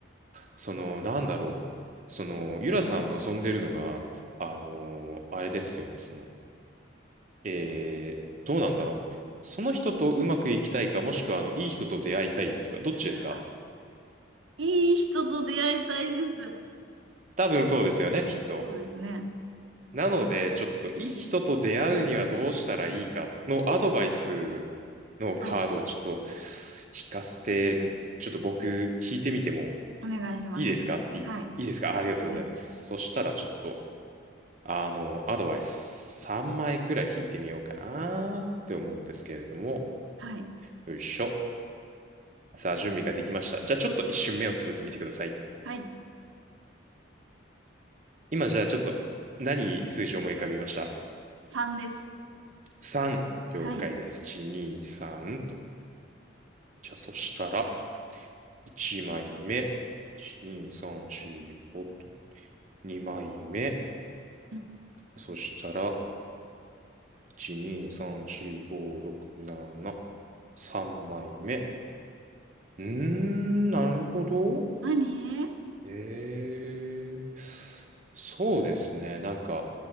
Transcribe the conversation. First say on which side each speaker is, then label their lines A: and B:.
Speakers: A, on the right; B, on the right.
A: その、なんだろう。その、ゆらさん望んでるのが、あの、あれですよね、その、えー、どうなんだろう。その人とうまくいきたいか、もしくは、あの、いい人と出会いたいとか、どっちですか
B: わ、いい人と出会いたいです。
A: 多分そうですよね、きっと。
B: そうですね。
A: なので、ちょっと、いい人と出会うにはどうしたらいいかのアドバイスのカードをちょっと
B: はい。
A: 引かせて、ちょっと僕、引いてみても
B: お願いします。
A: いいですかっていいですかいいですかありがとうございます。
B: はい。はい。
A: そしたらちょっと、あの、アドバイス3枚くらい引いてみようかなって思うんですけれども、
B: はい。
A: よいしょ。さあ、準備ができました。じゃあちょっと一瞬目をつぶってみてください。
B: はい。
A: 今じゃあちょっと何数字を思い浮かびました
B: 3です。
A: ?3。了解です。
B: はい。
A: 1、2、3と。じゃあそしたら、1枚目。1、2、3、4、5と。2枚目。
B: うん。
A: そしたら、1、2、3、4、5、6、7。3枚目。うーん、なるほど。
B: 何
A: ええ。そうですね。なんか、